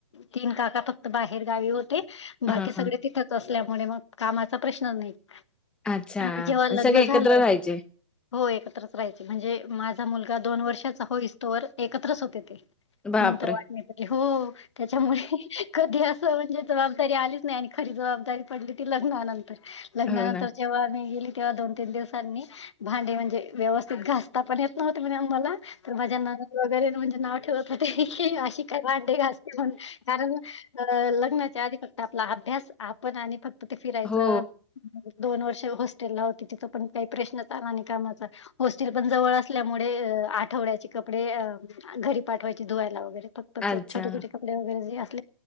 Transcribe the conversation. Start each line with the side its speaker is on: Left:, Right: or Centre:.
Left: तीन काका फक्त, बाहेर गावी होते. बाकी
Centre: हां,
Left: सगळे
Centre: हां.
Left: तिथं त असल्यामुळे मग कामाचा प्रश्न नाही.
Centre: अच्छा,
Left: आणि जेव्हा लग्न
Centre: सगळे
Left: झालं
Centre: एकत्र राहायचे.
Left: हो एकत्रच राहायचे, म्हणजे माझा मुलगा दोन वर्षाचा होइसतोवर एकत्रच होते ते.
Centre: बापरे!
Left: नंतर वाटण्या केल्या, हो त्याच्यामुळे कधी म्हणजे जबाबदारी आलीच नाही आणि खरी जबाबदारी पडली, ती लग्नानंतर-लग्नानंतर
Centre: हो ना.
Left: जेव्हा मी गेली, तेव्हा दोन तीन दिवसांनी भांडे, म्हणजे व्यवस्थित घासता पण येत नव्हते, म्हण आ म्हाला तर माझ्या नणंद वगैरेणे म्हणजे नाव ठेवत ह्हणं, अशी काय भांडे घासते मन असते म्हण कारण अ लग्नाच्या आधी, फक्त आपला अभ्यास आपण आणि फक्त ते फिरायचं
Centre: हो.
Left: दोन वर्ष हॉस्टेल ला होते, तिथं पण काही प्रश्नच आला नाही कामाचा. होस्टेल पण जवळ असल्यामुळे, आठवड्याचे कपडे अ घरी पाठवाय धूवायला वगैर फक्त,
Centre: अच्छा.
Left: छोेट छोटे. <unintelligible> वगैरे जे अस